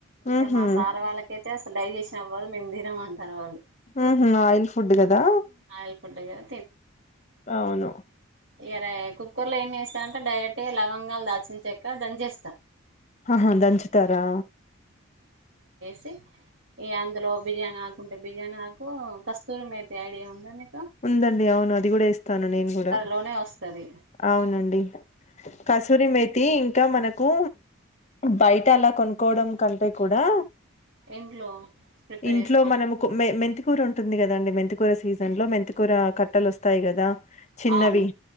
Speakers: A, on the left; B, on the right.
A: ఉహు
B: ఇగ మా సారు వాళ్ళకయితే డైజెషన్ అవ్వదు మేము తినం అంటారు వాళ్ళు
A: ఊ ఊహు ఆయిల్ ఫుడ్ కదా
B: ఆయిల్ ఫుడ్ కదా
A: అవును
B: ఇగ రై కుకర్ లో ఏమి చేస్తాంటే డైరెక్ట్ గా లవంగాలు దాల్చిన చెక దంచి ఏస్తా
A: ఆహా దంచుతారా
B: చి అందులో బిర్యానీ ఆకుంటే బిర్యానీ ఆకు కస్తూరి మేతి ఐడియా ఉందా మీకు
A: ఉందండి అవును అది కూడా ఏస్తాను నేన్ కూడా
B: లోనే వస్తది
A: అవునండి కసూరి మేతి ఇంకా మనకు బయట అలా కొనుకోవడం కంటే కూడా
B: ఇంట్లో ప్రిపేర్
A: ఇంట్లో
B: చేసుకోవచ్చు
A: మనము
B: అనుకు
A: కు
B: <unintelligible>
A: మె మెంతికూర ఉంటుంది కదండి మెంతికూర సీజన్ లో మెంతికూర కట్టలు వస్తాయి కదా చిన్నవి
B: అవును